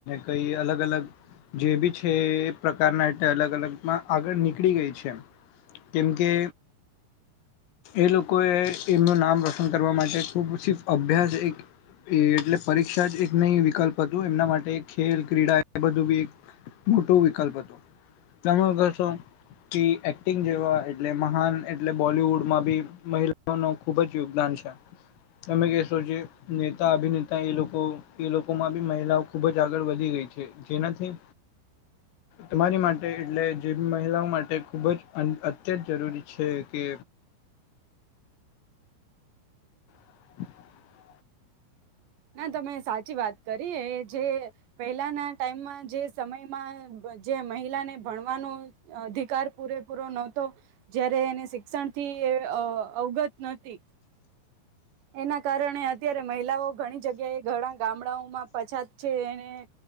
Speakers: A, on the left; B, on the right.
A: કઈ અલગ અલગ જે બી છે એ પ્રકારના અલગ અલગમાં આગળ નીકળી ગઈ છે કેમ કે એ લોકો એ એમનું નામ રોશન કરવા માટે ખૂબ સ અભ્યાસ એક એ એટલે પરીક્ષા જ એક નહી વિકલ્પ હતોું એમના માટે ખેલ ક્રીડા એ બધું બી એક મોટું વિકલ્પ હતું, તમે કહેશો કે એક્ટિંગ જેવા એટલે મહાન એટલે બોલવુડમાં બી મહિલાઓ ન ખુબ જ યોગદાન છે, તમે કશો જે- નેતા અભિનેતા એ લોકો એ લોકોમાં બી મહિલાઓ ખૂબ જ આગળ વધી ગઈ છે, જેનાથી તમારી માટે એટલે જે મહિલાઓ માટે ખૂબ જ અત્યંત જરૂરી છે કે <inaudible>
B: ના તમે સાચી વાત કરી જે પહેલાના ટાઈમમાં જે સમયમાં જે મહિલાને ભણવાનો અધિકાર પૂરેપૂરો નહતો, જયારે એને શિક્ષણ થી અવગત નતી. એના કારણે અત્યારે મહિલાઓ ઘણી જગ્યાએ ઘણા ગામડાઓમાં પછાત છે એને